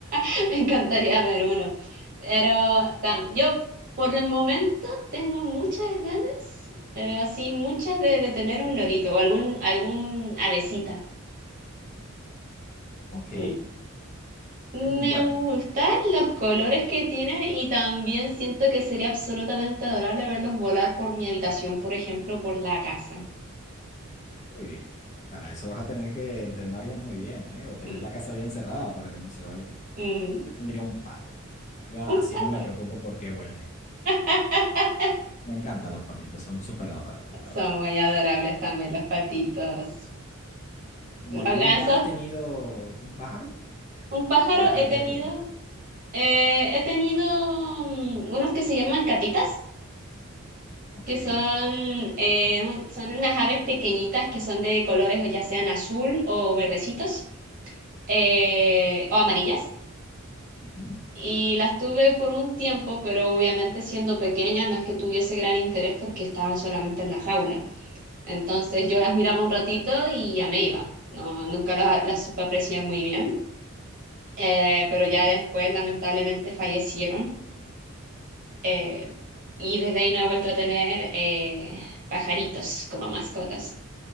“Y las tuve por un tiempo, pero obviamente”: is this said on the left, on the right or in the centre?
Right